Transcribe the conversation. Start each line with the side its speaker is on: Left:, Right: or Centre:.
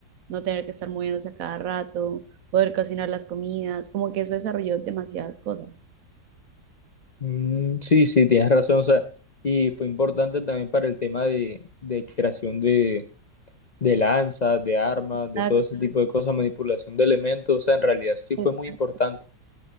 Right: no tener que estar moviéndose a cada rato, poder cocinar las comidas, como que eso desarrolló demasiadas cosas.
Left: Mm, sí, sí, tienes razón. O sea, y fue importante también para el tema de, de creación de, de lanzas, de armas, de
Right: sea,
Left: todo ese tipo de cosas, manipulación de elementos. O sea, en realidad sí fue
Right: Exacto,
Left: muy importante,